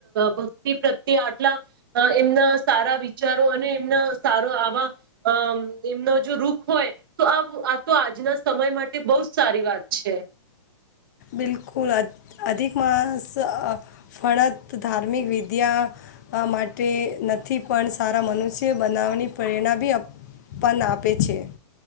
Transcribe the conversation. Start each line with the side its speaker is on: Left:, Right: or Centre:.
Right: ભક્તિ પ્રત્યે આટલા એમના સારા વિચારો અને એમના સારો આવા અ એમનો જો રૂખ હોય તો આ આ તો આજના સમય માટે બહુ જ સારી વાત છે
Left: બિલકુલ અધિક માસ ફળત ધાર્મિક વિદ્યા માટે નથી પણ સારા મનુષ્ય બનાવવાની પ્રેરણા બી પન આપે છે